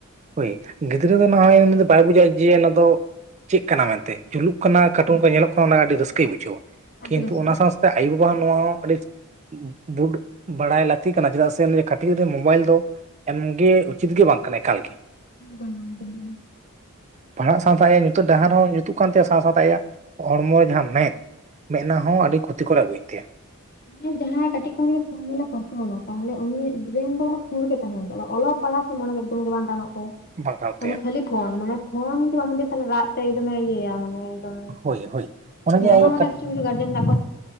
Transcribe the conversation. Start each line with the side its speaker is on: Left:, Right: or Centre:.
Right: ᱦᱳᱭ, ᱜᱤᱫᱽᱨᱟᱹ ᱫᱚ ᱱᱟᱦᱚᱭ ᱵᱟᱭ ᱵᱩᱡᱟ ᱡᱮ ᱱᱚᱣᱟ ᱫᱚ ᱪᱮᱫ ᱠᱟᱱᱟ ᱢᱮᱱ ᱛᱮ, ᱡᱩᱞᱩᱜ ᱠᱟᱱᱟ ᱠᱟᱴᱩᱱ ᱠᱚ ᱧᱮᱞᱚᱜ ᱠᱟᱱᱟ ᱚᱱᱟ ᱟᱹᱰᱤ ᱨᱟᱹᱥᱠᱟᱹᱭ ᱵᱩᱡᱷᱟᱹᱣᱟ
Left: ᱟᱹᱰᱤ
Right: ᱠᱤᱱᱛᱩ
Left: ᱨᱟᱹᱥᱠᱟᱹ
Right: ᱚᱱᱟ ᱥᱟᱶ ᱥᱟᱶ ᱛᱮ ᱟᱭᱳ ᱵᱟᱵᱟ ᱦᱚᱸ ᱱᱚᱣᱟ ᱦᱚᱸ ᱟᱹᱰᱤ, ᱵᱩᱴ ᱵᱟᱲᱟᱭ ᱞᱟᱹᱠᱛᱤ ᱠᱟᱱᱟ ᱪᱮᱫᱟᱜ ᱥᱮ ᱩᱱᱤ ᱛᱤᱨᱮ ᱢᱳᱵᱟᱭᱤᱞ ᱫᱚ ᱮᱢ ᱜᱮ ᱩᱪᱤᱛ ᱜᱮ ᱵᱟᱝ ᱠᱟᱱᱟ ᱮᱠᱟᱞ ᱜᱮ ᱾
Left: <inaudible>
Right: ᱯᱟᱲᱦᱟᱜ ᱥᱟᱶᱛᱟ ᱟᱭᱟᱜ ᱧᱩᱛᱟᱹᱛ ᱰᱟᱦᱟᱨ ᱦᱚᱸ ᱧᱩᱛᱩᱜ ᱠᱟᱱ ᱛᱟᱭᱟ ᱥᱟᱶ ᱥᱟᱶᱛᱮ ᱟᱭᱟᱜ, ᱦᱚᱲᱢᱚ ᱡᱟᱦᱟᱸ ᱢᱮᱫ ᱢᱮᱫ ᱱᱟᱦᱚᱸ ᱟᱹᱰᱤ ᱠᱷᱚᱛᱤ ᱠᱚᱨ ᱟᱹᱜᱩᱭᱮᱫ ᱛᱟᱭᱟ᱾
Left: ᱟᱱᱮ ᱡᱟᱦᱟᱸᱭ ᱠᱟᱹᱴᱤᱡ ᱠᱷᱚᱱ ᱜᱮ ᱯᱷᱳᱱ ᱧᱮᱞᱮ ᱯᱟᱹᱨᱠᱟᱹᱣ ᱮᱱᱟ ᱛᱟᱦᱚᱞᱮ ᱩᱱᱤ ᱵᱨᱮᱱ ᱫᱚ ᱚᱱᱟ ᱯᱷᱳᱱ ᱜᱮ ᱛᱟᱦᱮᱸᱱ ᱛᱟᱭᱟ, ᱚᱞᱚᱜ ᱯᱟᱲᱦᱟᱜ ᱢᱚᱱᱮ ᱮᱠᱫᱚᱢ ᱜᱮ ᱵᱟᱝ ᱴᱟᱱᱚᱜ ᱛᱟᱭᱟ
Right: ᱵᱟᱝ
Left: ᱾
Right: ᱛᱟᱭᱟ
Left: ᱢᱟᱱᱮ ᱠᱷᱟᱹᱞᱤ ᱯᱷᱳᱱ ᱢᱟᱱᱮ ᱯᱷᱳᱱ ᱡᱩᱫᱤ ᱵᱟᱢ <unintelligible> ᱛᱟᱦᱞᱮ ᱨᱟᱜ ᱛᱮ ᱮᱠᱫᱟᱢᱮ ᱤᱭᱟᱹᱭᱟ ᱢᱟᱱᱮ ᱢᱟᱱᱮ
Right: ᱦᱳᱭ ᱦᱳᱭ ᱚᱱᱮ ᱡᱮ ᱟᱭᱳ
Left: ᱮᱢᱚᱱ
Right: ᱠᱟᱹᱴᱤᱡ
Left: ᱢᱟᱱᱮ ᱠᱤᱪᱷᱩ ᱠᱤᱪᱷᱩ ᱜᱟᱨᱡᱮᱱ ᱢᱮᱱᱟᱜ